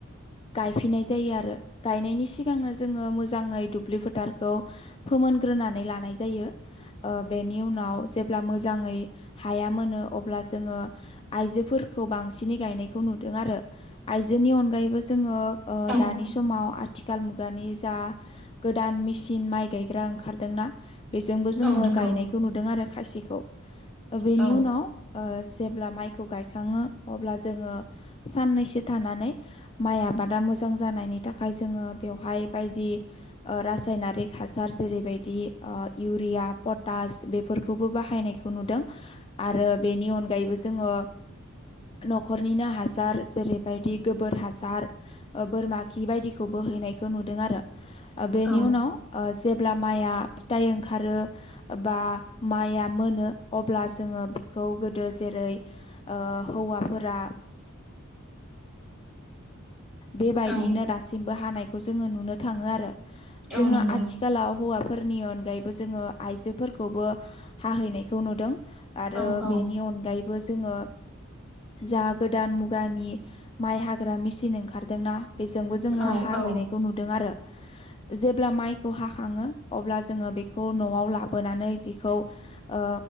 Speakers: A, on the left; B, in the centre.
A: गायफिननाय जायो आरो गायनायनि सिगांनो जोङो मोजाङै दुब्लि फोथारखौ फोमोनग्रोनानै लानाय जायो ओ बेनि उनाव जेब्ला मोजाङै हा हाया मोनो अब्ला जोङो आइजोफोरखौ बांसिनै गायनायखौ नुदों आरो आइजोनि अनगायैबो जोङो
B: औ
A: दानि समाव आथिखाल मुगानि जा गोदान मेचिन माइ गायग्रा ओंखारदोंना बेजोंबो जोङो
B: औ नंगौ
A: गायनायखौ नुदों आरो खायसेखौ बेनि
B: औ
A: उनाव जेब्ला माइखौ गायखाङो अब्ला जोङो साननैसो थानानै माइ आबादा मोजां जानायनि थाखाय आ जोङो बेवहाय बायदि रासायनारिक हासार जेरैबायदि इउरिया पटास बेफोरखौबो बाहायनाय खौ नुदों आरो बेनि अनगायैबो जोङो न'खर हासार जेरैबायदि गोबोर हासार बोरमा खि बायदिखौ बोहैनायखौ नुदों आरो बेनि
B: औ
A: उनाव अब्ला माइआ फिथाइ ओंखारो बा माइआ मोनो अब्ला जोङो बेखौ गोदो जेरै जै हौवाफोरा बेबायदियैनो
B: औ
A: दासिमबो हानायखौ जोङो नुनो थाङो आरो
B: औ
A: जोङो
B: नंगौ
A: आथिखालाव हौवा फोरनि अनगायैबो जोङो आइजोफोरखौबो हाहैनायखौ नुदों आरो
B: औ औ
A: बेनि अनगायैबो जोङो जा गोदान मुगानि माइ हाग्रा मेसिन ओंखारदोंना बेजोंबो जोङो
B: औ
A: हाहैनायखौ
B: औ
A: नुदों आरो जेब्ला माइखौ हाखाङो अब्ला जोङो बेखौ न'आव ला लाबोनानै बिखौ ओ